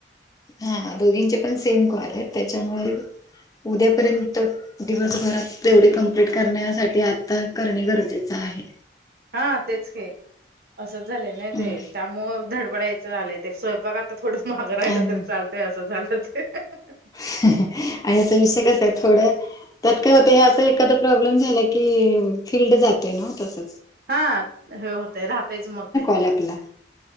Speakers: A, on the left (about 20°); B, on the right (about 50°).
A: हा दोघींचे पण सेम काॅल आहेत त्याच्यामुळे उद्यापर्यंत दिवसभरात तेवढे कंप्लीट करण्यासाठी आता करणे गरजेच आहे.
B: हा तेच की असंच झालंय ना
A: हम्म
B: ते त्यामुळ धडपडायचं आलंय ते स्वयंपाक आता थोडं महाग राहिलं
A: आणि
B: तरी चालतंय असं झालं ते ह ह ं
A: हु हु आणि विषय कस आहे थोडं त्यात काय होतं हे असा एखादा प्रॉब्लेम झाला की फिल्ड जातय नव त्याच
B: हा हे होतेय राहतायच मग ते
A: ल आपला